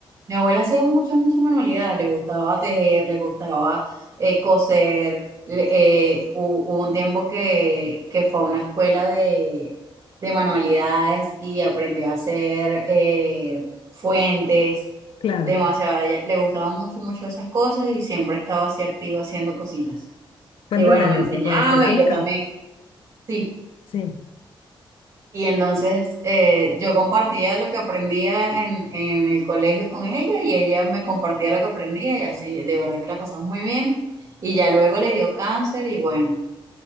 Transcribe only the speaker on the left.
claro.
Fuentes
de
tipo de cerámica,
sí.